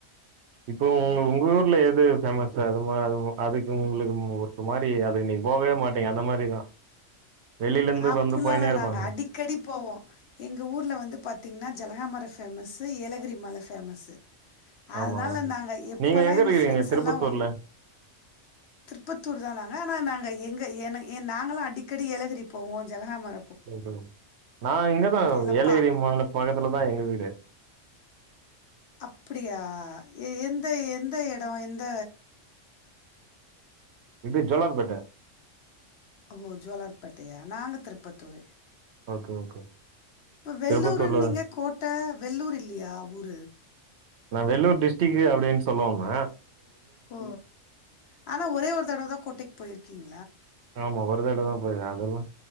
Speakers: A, on the right; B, on the left.
A: இப்போ உ உங்க ஊர்ல எது பேமஸு அதுமா அதுக்கு உங்களுக்கு ஓர் ஒரு மாரி அது இன்னிக்கி போவே மாட்டீங்க அந்த மாரிதா வெளில இருந்து
B: அப்பல்லா
A: வந்து போயினே
B: இல்ல
A: இருப்பாங்க
B: நாங்க அடிக்கடி போவோ எங்க ஊர்ல வந்து பாத்தீங்ன்னா ஜலகாமர ஃபேமஸ்ஸு ஏலகிரி மல ஃபேமஸ்ஸு அதனால
A: ஆமா
B: நாங்க எப்பல்லா
A: நீங்க
B: எங்க
A: இருக்கிறீங்க
B: ஃப்ரெண்ட்ஸெல்லா
A: திருப்பத்தூர்ல
B: திருப்பத்தூர் தா நாங்க ஆனா நாங்க எங்க ஏ ஏ நாங்களா அடிக்கடி ஏலகிரி போவோ ஜலகாமரம்
A: ஓ ஹோ நா இங்கதா
B: எல்லா
A: ஏலகிரி
B: பா
A: மல பக்கத்துல தா எங்க வீடு
B: அப்பிடியா எ எந்த எந்த எடோ எந்த
A: என்து ஜோலார்பேட்ட
B: ஓ ஜோலார்பேட்டையா நாங்க திருப்பத்தூரு
A: ஓகே ஓகே
B: அப்ப வெள்ளூர்னிங்க
A: திருப்பத்தூர்லதா
B: கோட்ட வெள்ளூரில்லையா ஊரு
A: நான் வெள்ளூர் டிஸ்ட்ரிக்கு அப்டின்னு சொல்ல வந்த
B: ஓ ஆனா ஒரே ஒரு தடவ தா கோட்டைக் போயிருக்கீங்
A: ஆமா ஒரு தடவ தா போயிருக்கே அதெல்லா